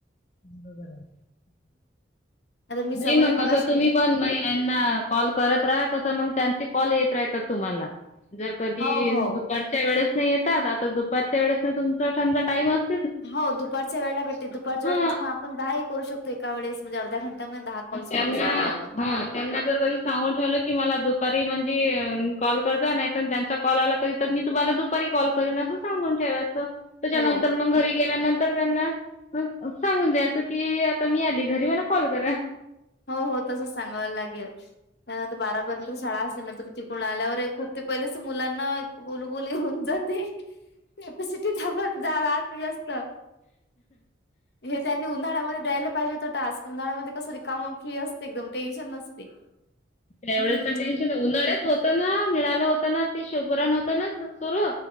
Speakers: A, on the left; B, on the left.
A: ह बरा...
B: आता मी समज
A: नाही मग
B: मगाशी
A: कसं तुम्ही पण महिना कॉल करत राहा कसं मग त्यांचे कॉल येत राहा... तुम्हाला जर कधी
B: हो हो
A: दुपारच्या वेळेस... येतात आता दुपारच्या वेळेस तुमचाचा टाईम असतो.
B: हो दुपारच्या वेळेला भेटते दुपारच्या
A: हां
B: वेळे मग आपण दहा ह करू शकतो एका वेळेस. म्हणजे अर्ध्या घंट्यामध्ये दहा कॉल
A: त्यांना
B: संपू शकतो आपण
A: जर कधी सांगून ठेवलं की मला दुपारी. कॉल करत नाहीत त्यांचा कॉल आला कधी तर मी तुम्हाला दुपारी कॉल करीन सांगून ठेवायचं. त्याच्यानंतर
B: हो
A: मग घरी गेल्यानंतर... तर त्यांना सांगून द्यायचं की आता मी आली घरी मला कॉल करा...
B: हो हो तसच सांगावला लागेल त्यानंतर बारा... पण शाळा असते नंतर तिकून आल्यावर खूप ते पहिलेच मुलांना बोललबुली होऊन जात... ते कॅपॅसिटी थांबत जाला आता जास्त. हे त्यांनी उन्हाळ्यामध्ये द्यायला पाहिजे होत टास्क उन्हाळ्यामध्ये कसरी काम फ्री असते एकदम. टेन्शन नसते...
A: तेवढच
B: हम्म
A: टेन्शन उन्हाळ्यात होत ना मिळालं होतं ना ते शोभरान होत. स